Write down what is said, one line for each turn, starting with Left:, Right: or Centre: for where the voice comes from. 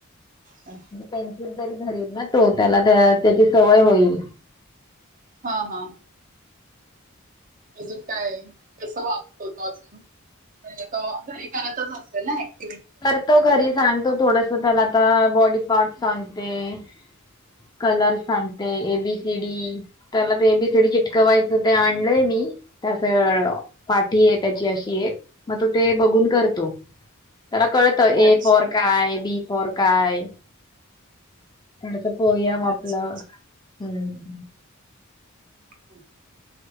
Right: हम
Left: पेन्सिल तरी धरील ना तो? त्याला त्याची सवय होईल.
Right: हा हा. अजून काय? कस वागतो तो अजून? म्हणजे तो घरी करतच असेल ना? ऍक्टि-
Left: करतो घरी सांगतो थोडस. त्याला आता बॉडी पार्ट सांगते- कलर सांगते. ए बी सी डी त्याला ते ए बी सी डी चिटकवायच- यच ते आणलंय मी. ते असं पाटी आहे त्याची अशी एक. मग तो ते बघून करतो. त्याला कळत- त. ए
Right: अच्छा,
Left: फाॅर काय? बी फाॅर काय? थोडस पोएम आपलं.
Right: अच्छा, अच्छा
Left: हम्म.
Right: ह.